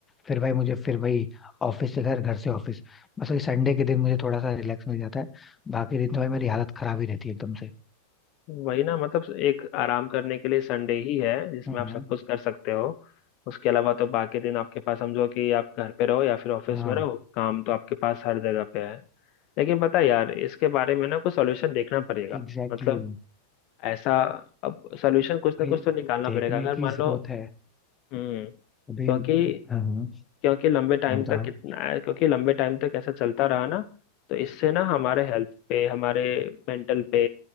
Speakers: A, on the left; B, on the left.
A: फिर भाई मुझे फिर वही ऑफिस से घर घर से ऑफिस बस वही संडे के दिन मुझे थोड़ा सा रिलैक्स मिल जाता है बाकी दिन तो भाई मेरी हालत खराब ही रहती है एकदम से
B: वही ना मतलब एक आराम करने के लिए संडे ही है जिसमें
A: हम्म
B: आप सब कुछ कर सकते हो उसके अलावा तो बाकी दिन आपके पास समझो कि आप घर पे रहो या फिर ऑफिस
A: हाँ
B: में रहो काम तो आपके पास हर जगह पे है लेकिन पता है यार इसके बारे में ना कुछ सॉल्यूशन देखना पड़ेगा
A: Exactly
B: मतलब
A: exactly.
B: ऐसा अब सॉल्यूशन कुछ ना
A: भाई
B: कुछ तो निकालना
A: देखने
B: पड़ेगा अगर
A: की
B: मान
A: जरूरत
B: लो
A: है
B: हम्म
A: अभी
B: क्योंकि
A: हम्म
B: क्योंकि लंबे टाइम
A: बताओ
B: तक कितना क्योंकि लंबे टाइम तक ऐसा चलता रहा ना तो इससे ना हमारे हेल्थ पे हमारे मेंटल पे